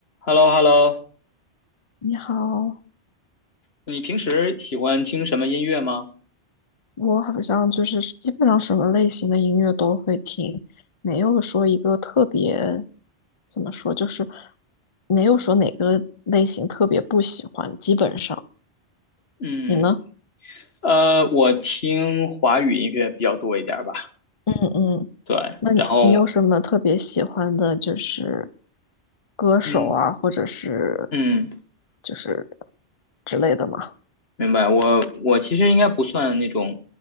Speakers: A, on the left (about 65°); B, on the left (about 35°).
A: h e l l o h e l l o
B: 你好，
A: 你平时喜欢听什么音乐吗？
B: 我好像就是基本上什么类型的音乐都会听，没有说一个特别，怎么说，就是没有说哪个类型特别不喜欢，基本上。
A: 嗯，
B: 你呢？
A: 呃，我听华语音乐比较多一点儿吧。
B: 嗯嗯，
A: 对，
B: 那你有什么特别喜欢的，
A: 然后，
B: 就是歌手啊，
A: 嗯
B: 或者是
A: 嗯，
B: 就是之类的吗？
A: 明白，我我其实应该不算那种